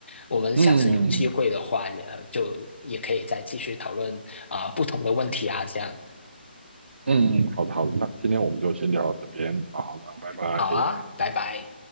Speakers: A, on the left; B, on the right.
A: 我们下次有机会的话也，
B: 嗯，
A: 就也可以再继续讨论啊、不同的问题啊，这样
B: 嗯嗯，好的好的，那今天我们就先聊到这边，好，那拜拜。
A: 好啊，拜拜。